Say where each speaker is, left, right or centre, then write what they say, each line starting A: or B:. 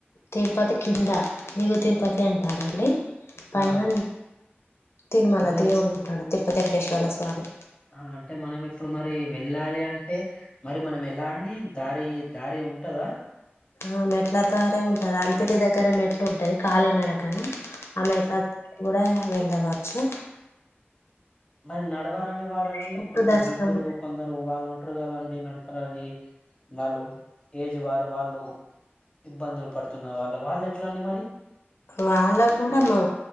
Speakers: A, on the left; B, on the left.
A: తిరుపతి కింద దిగువ తిరుపతి అంటారండి పైన
B: ఆ
A: తిరుమల
B: అంటే
A: దేవుడు ఉంటాడు తిరు పతి వెంకటేశ్వర్ల స్వామి
B: ఆ అంటే మనం ఇప్పుడు మరి వెళ్ళాలి అంటే మరి మనం ఎలా అండి దారి దారి ఉంటదా
A: ఆ మెట్ల దారి ఉంటాది అలిపిరి దగ్గర మెట్లుంటది కాలినడకన ఆ మెట్ల గూడా వెళ్ళవచ్చు.
B: మరి నడువరాని వారండి
A: మెట్లు
B: కొన్ని
A: దర్శనం
B: వృద్ధులు కొందరు వాళ్ళు ఉంటురు కదండి నడుపరాది వాళ్ళు ఏజ్ వారు వాళ్ళు ఇబ్బందులు పడుతున్న వాళ్ళు వాళ్ళెట్లండి మరి
A: వాళ్ళకు కూడా మౌ